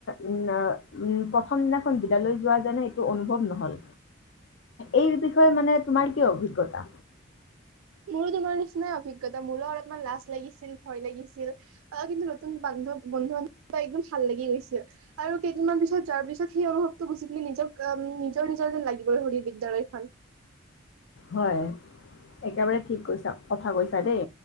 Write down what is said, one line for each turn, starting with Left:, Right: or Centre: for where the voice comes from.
Left: উ, উম, প্ৰথম দিনাখন বিদ্যালয় যোৱা যেন, সেইটো অনুভৱ নহল, এই বিষয়ে মানে তোমাৰ কি অভিজ্ঞতা? আ
Right: মোৰো তোমাৰ নিচিনাই অভিজ্ঞতা। মোৰো অলপমান লাজ লাগিছিল, ভয় লাগিছিল, আহ, কিন্তু নতুন বান্ধৱ, বন্ধু, বান্ধৱ বা একদম ভাল লাগি গৈছিল, আৰু কেইদিনমান পিছত যোৱাৰ পিছত, সেই অনুভৱটো গুচি গ'লি, নিজৰ, নিজৰ নিজৰ, যেন লাগি গ'ল বিদ্যালয়খন।
Left: হয় একেবাৰে ঠিক কৈছা, কথা কৈছা দেই,